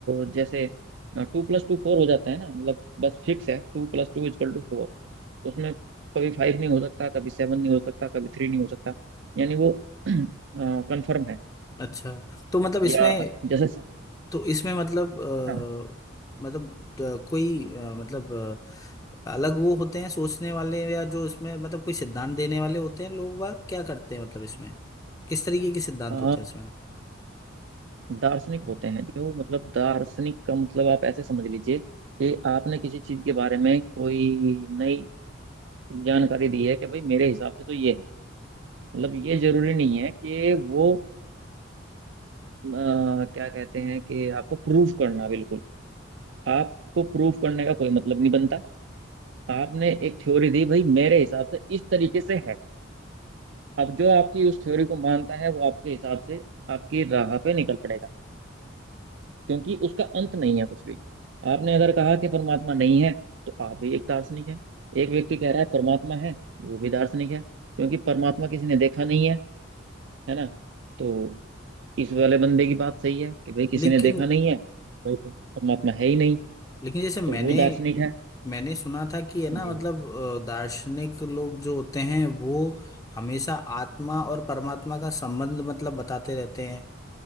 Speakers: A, on the right (about 65°); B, on the left (about 15°).
A: अ, जैसे टू प्लस टू फोर हो जाता है ना मतलब बस फिक्स है two plus two is equal to four उसमें कभी फाइव नहीं हो सकता कभी सेवन नहीं हो सकता कभी थ्री नहीं हो सकता यानी वो <clears throat> कंफर्म है
B: अच्छा तो मतलब इसमें
A: या जैसे
B: तो इसमें मतलब
A: हाँ
B: अ, मतलब अ, कोई अ, मतलब अ, अलग वो होते हैं सोचने वाले या जो इसमें मतलब कोई सिद्धांत देने वाले होते हैं लोग वाग क्या करते हैं मतलब इसमें किस तरीके के सिद्धांत
A: अ,
B: होते हैं इसमें
A: दार्शनिक होते हैं जो मतलब दार्शनिक का मतलब आप ऐसे समझ लीजिए कि आपने किसी चीज के बारे में कोई नई जानकारी दी है कि भाई मेरे हिसाब से तो ये है मतलब ये जरूरी नहीं है कि वो अ, क्या कहते हैं कि आपको प्रूफ करना बिल्कुल आपको प्रूफ करने का कोई मतलब नहीं बनता आपने एक थ्योरी दी भाई मेरे हिसाब से इस तरीके से है अब जो आपकी उस थ्योरी को मानता है वो आपके हिसाब से आपकी राह पे निकल पड़ेगा क्योंकि उसका अंत नहीं है कुछ भी आपने अगर कहा कि परमात्मा नहीं है तो आप भी एक दार्शनिक है एक व्यक्ति कह रहा है परमात्मा है वो भी दार्शनिक है क्योंकि परमात्मा किसी ने देखा नहीं है है ना तो इस वाले बंदे की बात सही है कि भाई किसी
B: लेकिन
A: ने देखा नहीं है भाई परमात्मा है ही नहीं
B: लेकिन जैसे मैंने
A: तो वो दार्शनिक है
B: मैंने सुना था कि है ना
A: जी
B: मतलब अ, दार्शनिक लोग जो होते हैं वो हमेशा आत्मा और परमात्मा का संबंध मतलब बताते रहते हैं